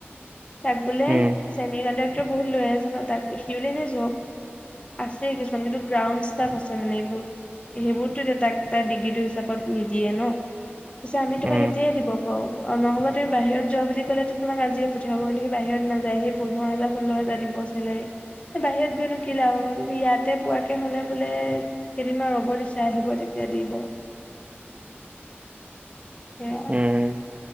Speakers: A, on the left (about 25°); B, on the right (about 30°).
A: তাক বোলে
B: উম
A: চেমি কণ্টাক্টৰ বহুত লৰা এজনে ন তাক দেখি বোলে এনেই যক আছে কিছুমান কিন্তু গ্ৰাউণ্ড ষ্টফ আছে মানে এই বোত সেইবোৰতো দে তাক তাৰ ডিগ্ৰীটো হিচাপত নিদিয়ে ন পিছে আমি তোমাক
B: উম
A: এতিয়াই দিব পাৰো নহলে তুমি বাহিৰত যোৱা বুলি ক'লে তোমাক আজিয়ে পঠা হি <unintelligible> বাহিৰত নাযায় সে পোন্ধৰ হাজাৰ ষোল্ল হাজাৰ দিব চেলাৰী বাহিৰত গৈনো কি লাভ হ'ব ইয়াতে পোৱাকে হলে বোলে কেইদিনমান ৰ'ব দিছে আহিব তেতিয়া এ দিব হেয়া
B: উম।